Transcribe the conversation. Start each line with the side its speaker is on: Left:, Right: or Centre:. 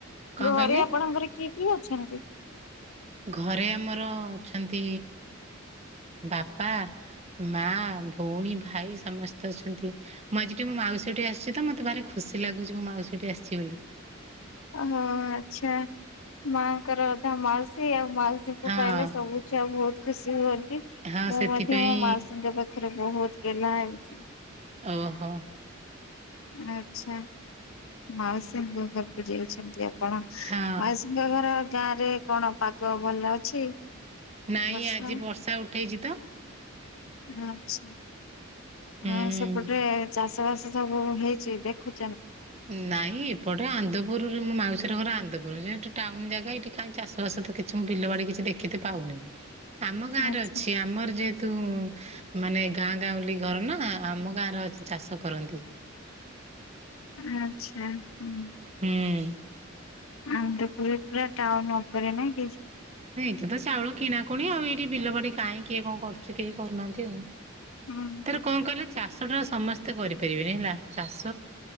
Right: କଣ
Left: ଘରେ
Right: କହିଲେ?
Left: ଆପଣଙ୍କର କିଏ କିଏ ଅଛନ୍ତି?
Right: ଘରେ ଆମର ଅଛନ୍ତି ବାପା, ମା, ଭଉଣୀ ଭାଇ ସମସ୍ତେ ଅଛନ୍ତି। ମୁଁ ଆଜି ଟିକ ମୋ ମା ମାଉସୀଠି ଆସିଛି ତ ମୋତେ ଭାରି ଖୁସି ଲାଗୁଛି ମୁଁ ମାଉସୀଠି ଆସିଛି ବୋଲି।
Left: ଓହୋ! ଆଚ୍ଛା ମାଆଙ୍କର ଅଧା ମାଉସୀ ଆଉ। ମାଉସୀଙ୍କୁ
Right: ହଁ
Left: ପାଇଲେ ସବୁ ଛୁଆ ବହୁତ ଖୁସି ହୁଅନ୍ତି।
Right: ହଁ
Left: ମୁଁ
Right: ସେଥିପାଇଁ
Left: ମଧ୍ୟ ମୋ ମାଉସୀଙ୍କ ପାଖ ରେ ବହୁତ ଗେହ୍ଲା ହେଉଛି।
Right: ଓ ହୋ।
Left: ଆଚ୍ଛା। ମାଉସୀଙ୍କ ଘରକୁ ଯାଇଛ? ଯଦି ଆପଣ,
Right: ହଁ।
Left: ମାଉସୀଙ୍କ ଘର ଗାଁ ରେ କଣ ପାଗ ଭଲ ଅଛି?
Right: ନାଇଁ
Left: ବର୍ଷା?
Right: ଆଜି ବର୍ଷା ଉଠେଇଚି ତ।
Left: ଆଚ୍ଛା।
Right: ହୁଁ।
Left: ହଁ ସେପଟେ ଚାଷ ବାସ ସବୁ ହେଇଛି ଦେଖୁ
Right: ନାଇଁ ଏପଟେ ଆନ୍ଦପୁରରେ ମୋ ମାଉ ସୀର ଘର ଆନ୍ଦପୁର। ସେ ସେଠି ଟାଉନ ଜାଗା, ଇଠି କାଇଁ ଚାଷ ବାସ ତ କିଛି ମୁଁ ବିଲ ବାଡି କିଛି ଦେଖିତେ ପାଉନି ଆମ ଗାଁରେ
Left: ଆଚ୍ଛା।
Right: ଅଛି। ଆମର ଯେହେତୁ ମାନେ ଗାଁ ଗାଉଁଲି ଘର ନା, ଆମ ଗାଁରେ ଅଛି ଚାଷ କରନ୍ତି।
Left: ଆଚ୍ଛା। ହୁଁ।
Right: ହୁଁ।
Left: ଆନ୍ଦପୁର ପୁରା ଟାଉନ ଉପରେ ନାଇଁ କି?
Right: ଏ ତ ଚାଉଳ କିଣା କୁଣି ଆଉ ଏଇଠି ବିଲବାଡି କାହିଁ କିଏ କଣ କରୁଚି କେହି କରୁନାହାଁନ୍ତି ଆଉ।
Left: ହୁଁ
Right: ତାର
Left: ହୁଁ।
Right: କଣ କହିଲେ ଚାଷ ଟା ସମସ୍ତେ କରିପାରିବେନି ହେଲା। ଚାଷ